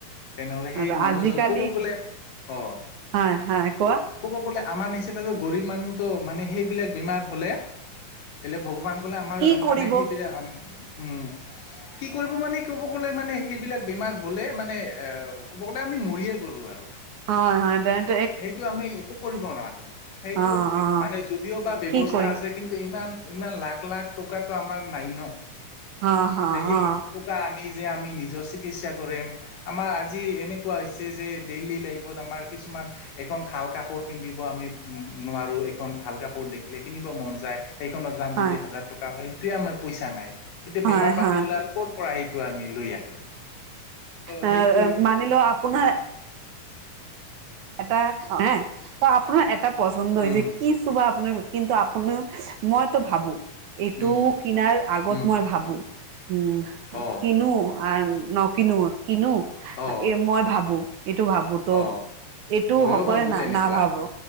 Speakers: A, on the left; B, on the right.
A: তেনেহলে সেই
B: আৰু
A: মানুহজন
B: আজিকালি
A: কব গলে অ
B: হয় হয় কোৱা
A: ক কব গলে আমাৰ নিচিনাাতটো গৰীব মানুহতো মানে সেইবিলাক বেমাৰ হ'লে এলে ভগৱান গলে আমাৰ
B: কি কৰিব
A: মানে সেইবিলাক উম কি কৰিব মানে ক'ব গলে মানে সেইবিলাক বেমাৰ হলে মানে এ ক'ব গলে আমি মৰিয়ে গ'লো আৰু
B: অ হয় দে
A: সেইটো আমি একো কৰিব নোৱাৰো সেইটো
B: অ অ
A: মানে যদিও বা ব্য্ৱস্থা
B: কি কৰি
A: আছে কিন্তু ইমান ইমান লাখ লাখ টকাটো আমাৰ নাই ন
B: অ অ
A: সেই
B: অ
A: কা আমি আমি যে আমি নিজৰ চিকিৎসা কৰিম আমাৰ আজি এনেকুৱা হৈছে যে ডেইলী লাইফত আমাৰ কিছুমান এখন ভাল কাপোৰ পিন্ধিব আমি উ নোৱাৰো এইখন ভাল কাপোৰ দেখিলে কিনিব মন যায় সেইখনত যাম
B: হয়
A: যদি হাজাৰ টকা হয় সেইটোৱে আমাৰ পইচা নাই এতিয়া
B: হয়
A: বেমাৰ পাতি
B: হয়
A: হলে আৰু কৰৰ পৰা সেইটো আমি লৈ আহিম ত'
B: এ
A: সেইটোৱেই
B: মানি লও আপোনাৰ এটা হ ত আপোনাৰ এটা পচন্দ হৈছে
A: উম
B: কি চোবা আপোনাৰ কিন্তু আপুাৰ মইতো ভাবো এইটো
A: উম
B: কিনাৰ আগত
A: উম
B: মই ভাবো উ
A: অ
B: কিনো আৰু নকিনো কিনো
A: অ
B: এই মই ভাবো এইটো ভাবো তো
A: অ
B: এইটো
A: ময়ো
B: সকলোৱে
A: ভাবো
B: না
A: তেনেকুৱা
B: নাভাবো